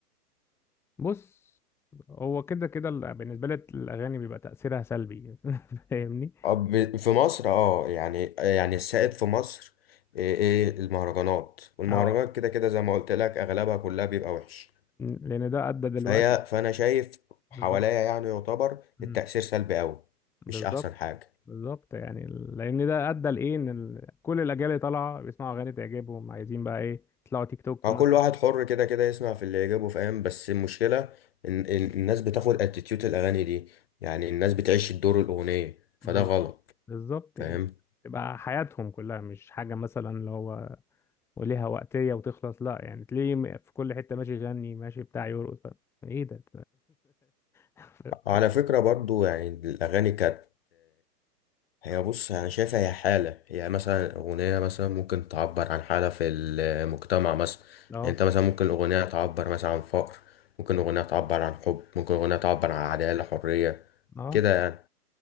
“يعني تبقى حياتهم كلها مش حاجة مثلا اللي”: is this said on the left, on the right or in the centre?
Centre